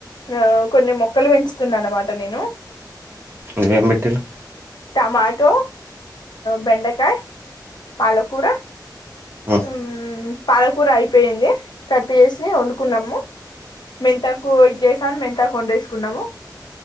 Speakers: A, on the left (about 70°); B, on the right (about 30°).
A: ఆ కొన్ని మొక్కలు పెంచుతున్నా అనమాట నేను
B: ఏం ఏం పెట్టిలు
A: టమాటో బెండకాయ పాలకూర
B: ఆ
A: ఉమ్, పాలకూర అయిపోయింది కట్ చేసి వండుకున్నాము మెంతాకు ఇది చేసాను మెంతాకు వండేసుకున్నాము